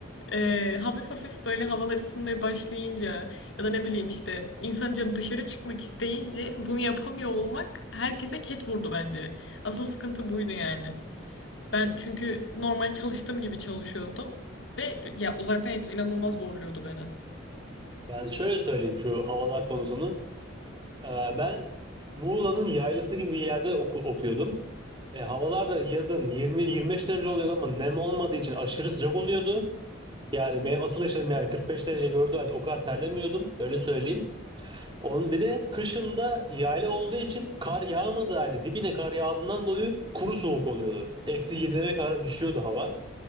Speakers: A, on the left; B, on the right.
A: e, hafif hafif böyle havalar ısınmaya başlayınca ya da ne bileyim işte insan canı dışarı çıkmak isteyince bunu yapamıyor olmak herkese ket vurdu bence. Asıl sıkıntı buydu yani. Ben çünkü normal çalıştığım gibi çalışıyordum ve ya uzaktan eğitim inanılmaz zorluyordu beni.
B: Ben şöyle söyleyeyim şu havalar konusunu. Ee, Ben Muğla'nın yaylası gibi bir yerde oku- okuyordum. E, havalar da yazın 20-25 derece oluyordu ama nem olmadığı için aşırı sıcak oluyordu. Yani benim asıl yaşadığım yer 45 derece gördüğü halde o kadar terlemiyordum. Öyle söyleyeyim. Onun bir de kışında yayla olduğu için kar yağmadığı halde dibine kar yağdığından dolayı kuru soğuk oluyordu. Eksi 7'lere kadar düşüyordu hava.